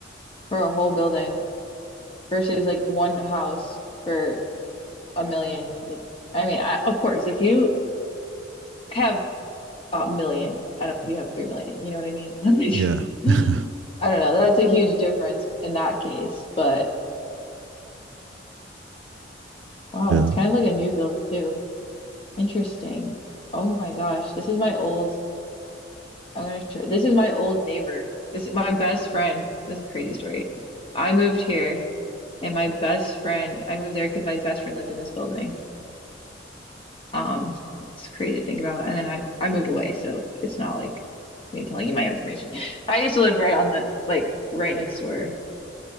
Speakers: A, on the left; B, on the right.
A: for a whole building versus like one house for a million. You could, I mean, I, of course, if you have a million. I don't you have three million. You know what I mean? <laughs>
B: Yeah, <laughs> yeah.
A: I don't know. That's a huge difference in that case. But wow,
B: yeah.
A: it's kind of like a new build too. Interesting. Oh my gosh. This is my old I'm gonna show this is my old neighbor. This is my best friend. This is a crazy story. I moved here and my best friend I moved there because my best friend lived in this building. Um, it's crazy to think about. And then I I moved away, so it's not like it's me telling you my information. <laughs> I used to live right on the like right next door